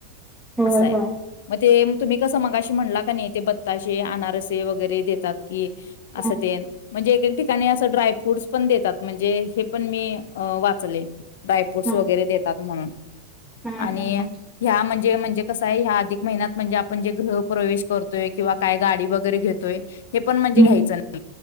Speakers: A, in the centre; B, on the left (about 55°).
A: होय
B: असं आहे
A: होय.
B: मग ते तुम्ही कसं मगाशी म्हणला का नाही ते बत्ताशे अनारसे वगैरे देतात की.
A: हम्म,
B: असं ते. म्हणजे एक एक ठिकाणी असं ड्राय फ्रूटस पण देतात म्हणजे हे पण मी वाचले. ड्रायफ्रूट्स
A: हम्म,
B: वगैरे देतात म्हणून
A: हम्म,
B: आणि
A: हम्म,
B: ह्या म्हणजे जे म्हणजे कसं आहे ह्या अधिक महिन्यात म्हणजे आपण जे गृह प्रवेश करतोय किंवा काय गाडी वगैरे घेतोय. हे पण म्हणजे
A: हम्म.
B: घ्यायचं ना